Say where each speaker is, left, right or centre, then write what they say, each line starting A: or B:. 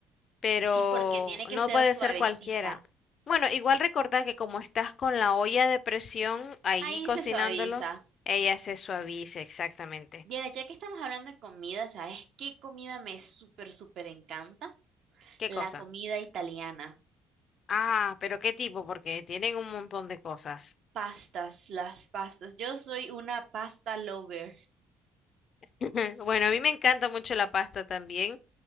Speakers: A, on the left (about 55°); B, on the right (about 65°).
A: pero
B: Sí, porque tiene que
A: no
B: ser
A: puede
B: suavecita.
A: ser cualquiera. Bueno, igual recordá que como estás con la olla de presión ahí
B: Ahí
A: cocinándolo,
B: se suaviza.
A: ella se suaviza exactamente.
B: Mira, ya que estamos hablando de comida, ¿sabes qué comida me súper, súper encanta?
A: ¿Qué
B: La
A: cosa?
B: comida italiana.
A: Ah, pero qué tipo, porque tienen un montón de cosas.
B: Pastas, las pastas. Yo soy una pasta lover.
A: <laughs> Bueno, a mí me encanta mucho la pasta también,